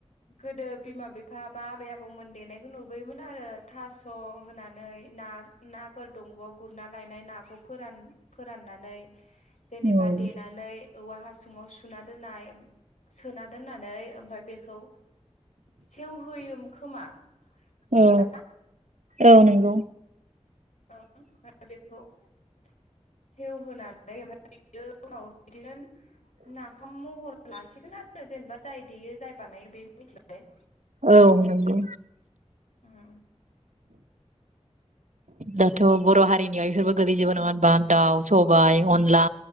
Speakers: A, on the left (about 80°); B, on the right (about 85°).
A: गोदो बिमा बिफा बा आबै आबौमोन देनायखौ नुबोयोमोन आरो। थास' होनानै ना नाफोर दंग'आव गुरना लायनाय ना खौ फोरान-फोराननानै। जेनेबा
B: औ
A: देनानै औवा हासुङाव सुना दोननाय सोना दोननानै ओमफाय बेखौ सेवहोयोमोन खोमा। नंगौना?
B: औ औ नोंगौ।
A: ओं <unintelligible> ओमफ्राय बेखौ सेवहोनै ओमफ्राय बियो उनाव बिदिनो नाफाम महर लासिगोन आरो जेनेबा जाय देयो जाय बानायो बे मिथिबाय।
B: औ नोंगौ।
A: उम।
B: दाथ' बर' हारिनियाव इफोरबो गोलैजोबो नङा होनबा दाउ सबाइ अनला